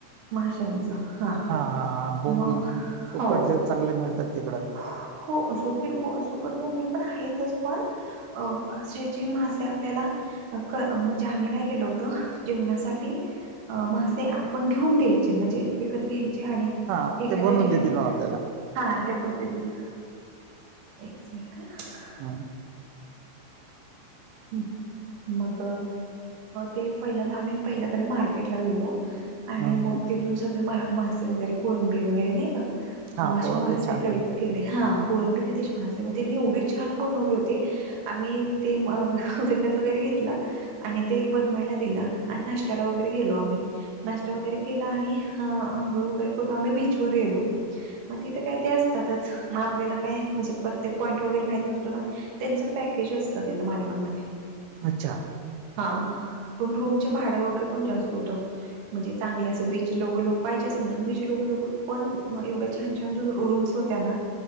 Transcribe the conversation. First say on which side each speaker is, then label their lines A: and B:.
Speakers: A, on the right; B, on the right.
A: माशाचं हा.
B: हा-हा-हा बोंबिल,
A: मग
B: सुकटचे
A: हो
B: चांगले मिळतात तिकडं.
A: हो सुकेट सुकट बोंबल पण आहेतच पण. अ असे मासे आपल्याला. कर म्हणजे आम्ही काय केलं होतं जेवणासाठी. मासे आपण घेऊन द्यायचे म्हणजे विकत घ्यायचे आणि
B: हा
A: एखाद्या
B: ते बनवून
A: ठिकाणी
B: देतील मग आपल्याला.
A: हा त्यापद्धतीत, एकच मिनट ह.
B: हा.
A: हम्म, मग ते पहिल्यांदा आम्ही, पहिल्या पहिला मार्केटला गेलो. आणि
B: हं.
A: मग तेिथून सगळे मा-मासे वगैरे कोळंबी वगैरे नाही का.
B: हा
A: मासे-मासे
B: कोळंबी छान
A: कलेक्ट
B: मिळते इकडे.
A: केले हा. कोळंबी तिथे छान असते. मग त्यांनी एवढी छान बनवली होती. आम्ही ते विकत वगैरे घेतलं. आणि ते बनवायला दिलं, आणि नाश्त्याला वगैरे गेलो आम्ही. नाष्ट वगैरे केला, आणि अंघोळ वगैरे करून, आम्ही बीच व गेलो. मग तिथे काय ते असतातच, मग आपल्याला काय म्हणजे प्रत्येक पॉईंट वगैरे माहित नसतो ना. त्यांच पॅकेज असतं. तिथं मालवणमध्ये
B: अच्छा.
A: हा, पण रूमचे भाडं वगैरे पण जास्त होतं. म्हणजे चांगले असं बीच लोग-लोग पाहिजे असेल ना, बीच लोग लोग पण एवढं छान छान रु रूम्स होत्या ना.